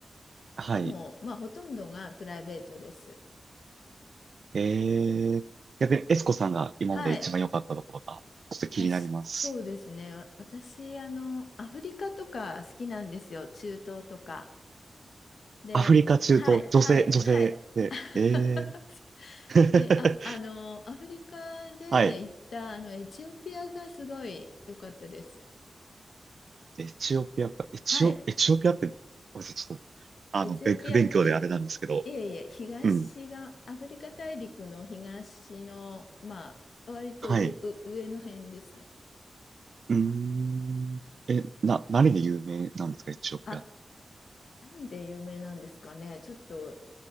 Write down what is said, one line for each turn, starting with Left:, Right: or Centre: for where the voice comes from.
Right: はい。
Left: でも、まあ、ほとんどがプライベートです。
Right: えー、逆にエスコさんが今まで一番良かったところが、
Left: はい。
Right: ちょっと気になります。
Left: 私、そうですね。わ私、あの、アフリカとか好きなんですよ。中東とか。で、
Right: アフリカ中東、
Left: はい、
Right: 女性、
Left: はい、
Right: 女性で、
Left: はい。<laughs>
Right: えー、<laughs>
Left: で、あ、あの、アフリカで行った、
Right: はい。
Left: あの、エチオピアがすごい良かったです。
Right: エチオピアか、エチオ、
Left: はい。
Right: エチオピアって、ごめんなさい、ちょっと、あの、
Left: エチオピアって、
Right: べ不勉強であれなんですけど、
Left: いえいえ、東が、
Right: うん。
Left: アフリカ大陸の東の、まあ、割とう、
Right: はい。
Left: う、上の辺ですね。
Right: うーん。え、な、何で有名なんですか、エチオピアって。
Left: あ、何で有名なんですかね。ちょっと、